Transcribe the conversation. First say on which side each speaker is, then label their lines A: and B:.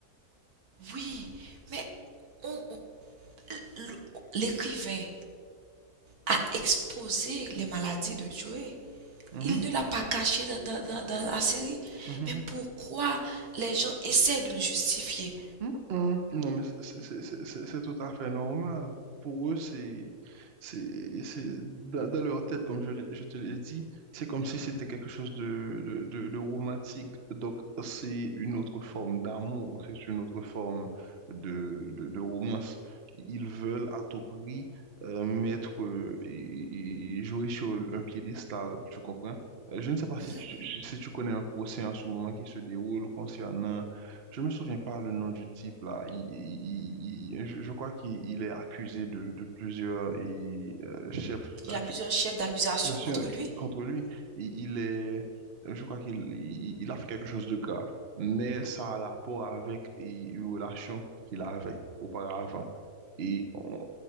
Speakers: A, on the right; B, on the right.
A: Oui, mais on- on- le- l'écrivain a exposé les maladies de Joey.
B: Mhm,
A: Il ne l'a pas caché dans, dans- dans- dans la série.
B: mhm, mhm.
A: Mais pourquoi les gens essayent de le justifier
B: Mm, mm. Non, mais c'est c'est- c'est- c'est- c'est tout à fait normal. Pour eux, c'est, c'est, c'est, dans, dans leur tête, comme je, l'ai- je te l'ai dit, c'est comme si c'était quelque chose de, de, de, de romantique. Donc, c'est une autre forme d'amour, c'est une autre forme de, de, de romance. Ils veulent à tout prix euh, mettre, euh, et- et jouer sur un piédestal, tu comprends? Euh, Je ne sais pas
A: Mhm.
B: si tu, si si tu connais un procès en ce moment qui se déroule concernant je me souviens pas le nom du type là. Il- il- il- il- je, je crois qu'il il est accusé de, de plusieurs il, euh, chefs
A: Il
B: d'accusations
A: y a plusieurs chefs d'accusation
B: Bien sûr,
A: contre lui.
B: contre lui, il, il est, je crois qu'il il, il a fait quelque chose de grave, mais ça a rapport avec i- une relation qu'il avait auparavant, et, on-